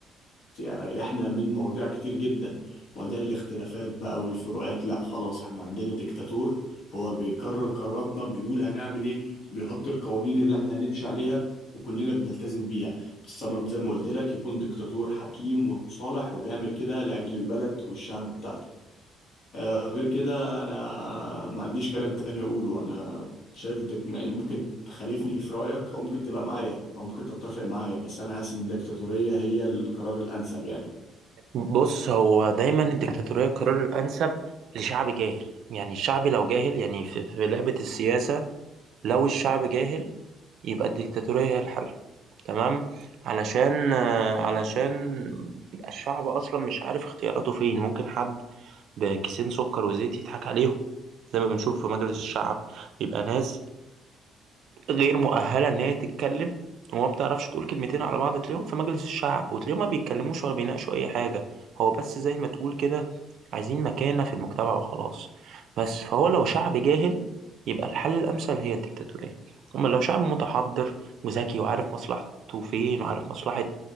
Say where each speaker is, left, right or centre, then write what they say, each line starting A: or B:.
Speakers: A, on the left (about 65°); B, on the right (about 60°).
A: هتريحنا من مواضيع كتير جدا مواضيع الاختلافات بقى والفروقات لا خلاص احنا عندنا ديكتاتور هو بيكرر قراراتنا بيقول هنعمل ايه بيحط القوانين اللي احنا هنمشي عليها وكلنا بنلتزم بيها السبب زي ما قلت لك يكون ديكتاتور حكيم وصالح وبيعمل كده لأجل البلد والشعب بتاعته آه، غير كده انا ما عنديش كلام تاني اقوله انا شايف دك يعني ممكن تخالفني في رايك او ممكن تبقى معايا او ممكن تتفق معايا بس انا حاسس ان الدكتاتوريه هي القرار الانسب يعني
B: بص هو دايما الدكتاتورية القرار الانسب لشعب جاهل يعني الشعب لو جاهل يعني في, في لعبة السياسة لو الشعب جاهل يبقى الدكتاتورية هي الحل تمام علشان آه، علشان يبقى الشعب اصلا مش عارف اختياراته فين ممكن حد بكيسين سكر وزيت يضحك عليهم زي ما بنشوف في مجلس الشعب بيبقى ناس غير مؤهلة إن هي تتكلم وما بتعرفش تقول كلمتين على بعض تلاقيهم في مجلس الشعب وتلاقيهم ما بيتكلموش ولا بيناقشوا أي حاجة هو بس زي ما تقول كده عايزين مكانة في المجتمع وخلاص بس فهو لو شعب جاهل يبقى الحل الأمثل هي الديكتاتورية أما لو شعب متحضر وذكي وعارف مصلحته فين وعارف مصلحة